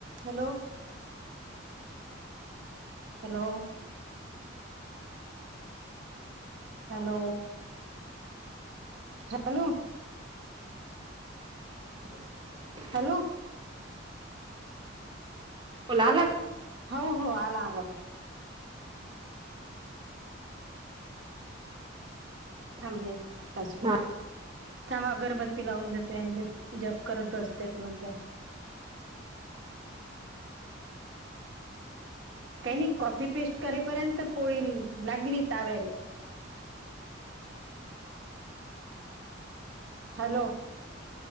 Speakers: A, on the right; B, on the right.
A: Hello hello, hello. झालू
B: <inaudible>
A: hello.
B: ओला लाग
A: हो हो आला आवाज. थांबले सासू
B: हा
A: थांब अगरबत्ती लावून देते आणि जप करत बस त्यात म्हणत्या काही नाही कॉपी पेस्ट करेपर्यंत पोळी लागली तव्याले. हॅलो.